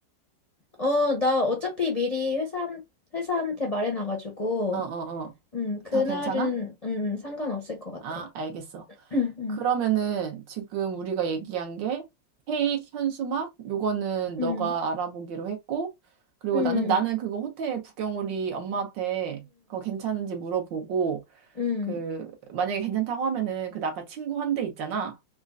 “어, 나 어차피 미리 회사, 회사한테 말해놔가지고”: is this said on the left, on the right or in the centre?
Left